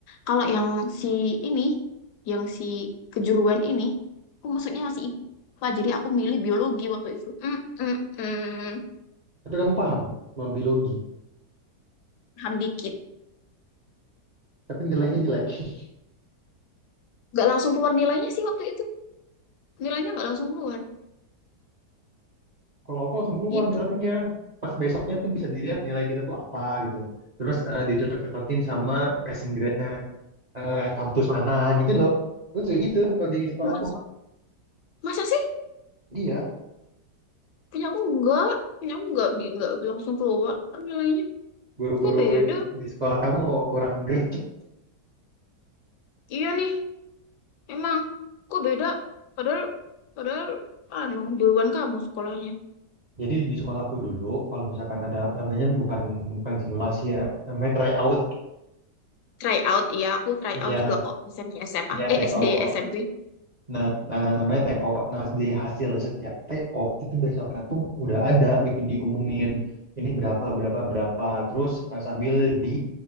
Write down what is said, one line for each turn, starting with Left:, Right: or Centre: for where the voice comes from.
Left: Kalau yang si ini, yang si kejuruan ini, aku masuknya masih IPA. Jadi aku milih biologi waktu itu. Mm, mm, mm.
Right: Tapi kamu paham sama biologi,
Left: Paham dikit.
Right: tapi nilainya jelek. <laughs>
Left: nggak langsung keluar nilainya sih waktu itu nilainya nggak langsung keluar
Right: Kalau aku langsung keluar
Left: gitu
Right: nilainya. Pas besoknya tuh bisa dilihat nilai kita tuh apa gitu. Terus eh, dicocok-cocokin sama passing grade-nya eh, kampus mana gitu loh. Terus kayak gitu kalau di sekolahku.
Left: masa masa sih
Right: Iya.
Left: punya aku nggak punya aku nggak bi- nggak langsung keluar nilainya
Right: guru-guru
Left: kok beda
Right: di, di sekolah kamu kurang gercep.
Left: iya nih emang kok beda padahal padahal anu duluan kamu sekolahnya
Right: Jadi di sekolahku dulu, kalau misalkan ada namanya bukan bukan simulasi ya, namanya tryout.
Left: try out iya aku try
Right: Iya,
Left: out juga kok SMP SMA
Right: ya
Left: eh
Right: TO.
Left: SD SMP
Right: Nah, nah, namanya TO. Nah, di hasil setiap TO itu besoknya tuh udah ada gitu diumumin ini berapa berapa berapa. Terus eh, sambil di